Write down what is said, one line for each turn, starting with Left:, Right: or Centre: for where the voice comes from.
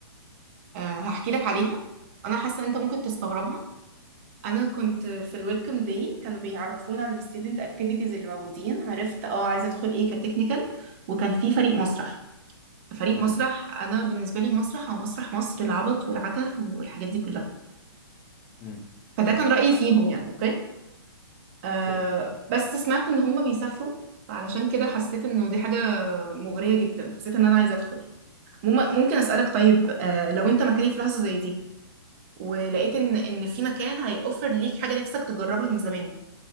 Right: آه هحكي لك عليها أنا حاسة إن أنت ممكن تستغربها أنا كنت في الويلكم داي كانوا بيعرفونا عن الستودنت أكتيفيتيز اللي موجودين عرفت أه عايزة أدخل إيه كتكنيكال وكان في فريق مسرح فريق
Left: اه
Right: مسرح انا بالنسبه لي مسرح او مسرح مصر العبط والعته والحاجات دي كلها
Left: امم
Right: فده
Left: معاك
Right: كان رايي فيهم يعني اوكي آه
Left: اوكي
Right: بس سمعت ان هم بيسافروا فعلشان كده حسيت انه دي حاجه مغريه جدا حسيت ان انا عايزه ادخل مم- ممكن اسالك طيب آه لو انت مكاني في لحظه زي دي ولقيت ان ان في مكان هيوفر ليك حاجه نفسك تجربها من زمان